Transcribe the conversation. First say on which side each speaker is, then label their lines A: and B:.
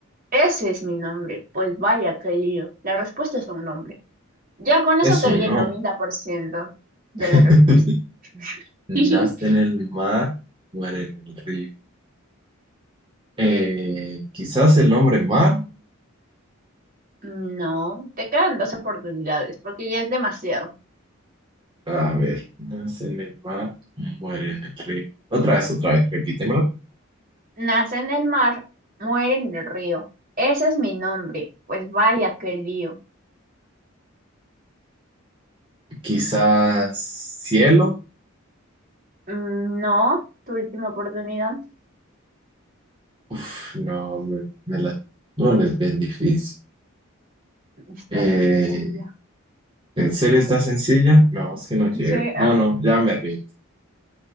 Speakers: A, on the right; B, on the right.
A: Ese es mi nombre. Pues vaya, qué lío. La respuesta es un nombre. Ya con
B: Eso
A: eso te
B: no.
A: di el 90% de
B: <laughs>
A: la respuesta.
B: Nace
A: <laughs>
B: en el mar, muere en el río. Eh, quizás el nombre mar.
A: No, te quedan dos oportunidades porque ya es demasiado.
B: A ver, nace en el mar, muere en el río. Otra vez, otra vez, repítemelo.
A: Nace en el mar, muere en el río. Ese es mi nombre. Pues vaya, qué lío.
B: Quizás cielo.
A: Mm, No, tu última oportunidad.
B: Uf, no, me, me la... No, no es bien difícil.
A: Estás
B: Eh,
A: sin silla.
B: ¿en serio está sencilla? No, es que no llego.
A: Sí,
B: No,
A: ah,
B: no, ya me rindo.